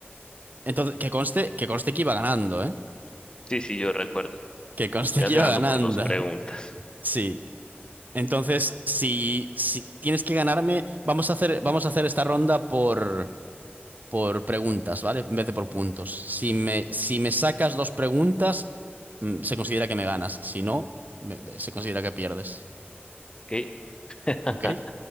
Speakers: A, on the right; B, on the left.
A: entonces, que conste, que conste que iba ganando, ¿eh?
B: Sí, sí, yo recuerdo.
A: Que conste
B: Ibas
A: que iba
B: ganando
A: ganando.
B: por dos preguntas.
A: Sí. Entonces, si, si tienes que ganarme, vamos a hacer, vamos a hacer esta ronda por, por preguntas, ¿vale? En vez de por puntos. Si me, si me sacas dos preguntas, mm, se considera que me ganas. Si no, me- me- se considera que pierdes.
B: Ok, <laughs>
A: ¿Ok?